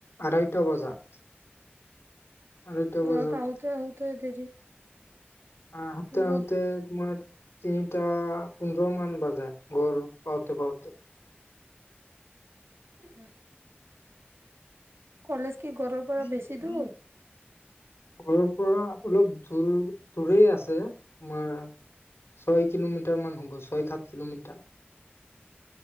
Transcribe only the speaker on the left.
আঢ়াইটা বজাত আঢ়ৈটা
বজাত
অ' আহোতে আহোতে
তোমাৰ তিনিটা পোন্ধৰ মান বাজে ঘৰ পাওঁতে পাওঁতে
পাওঁতে
ঘৰৰ পৰা অলপ দূৰ দূৰেই আছে তোমাৰ ছয় কিলোমিটাৰ মান হ'ব ছয় সাত কিলোমিটাৰ